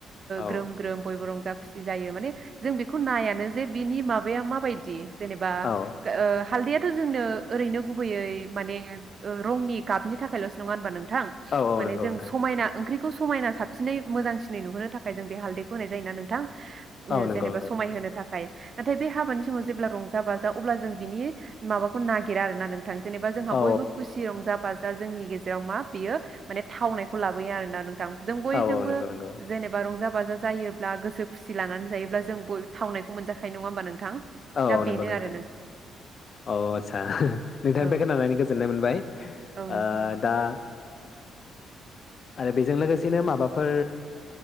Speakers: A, on the left; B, on the right.
A: औ
B: ग्रोम ग्रोम बयबो रंजा खुसि जायो माने जों बेखौ नायानो जे बिनि माबाया माबायदि जेनेबा
A: औ
B: हालदैआथ' जोंनो ओरैनो गुबैयै माने रंनि गाबनि थाखायल'सो नङा होनबा नों थां
A: औ औ
B: माने
A: नंगौ
B: जों
A: नोंथां
B: समायना ओंख्रिखौ सं समायना साबसिनै मोजांसिनै नुहोनो थाखाय जों बे हालदैखौ होनाय जायोना नोंथां
A: औ नंगौ
B: जेनेबा
A: नंगौ
B: समाय होनो थाखाय नाथाय बे हाबानि समाव जेब्ला रंजा बाजा अब्ला जों बिनि माबाखौ नागिरा आरोना नोंथां जेनेबा जोंहा
A: औ
B: बयबो खुसि रंजा बा दा जोंनि गेजेराव मा बियो माने थावनायखौ लाबोयो आरोना नों थां जों बयजोंबो
A: औ औ नंगौ नंगौ
B: जेनेबा रं जा बाजा जायोब्ला गोसो खुसि लानानै जायोब्ला जों बयबो थावनायखौ मोनजाखायो नङा होमबा नोंथां
A: औ
B: दा
A: औ नंगौ
B: बेनो
A: नोंथां
B: आरो
A: औ आस्सा नोंथां
B: औ
A: बे खोनानानै गोजोननाय मोनबाय
B: औ नोंथां
A: ओ दा आरो बेजों लोगोसेनो माबाफोर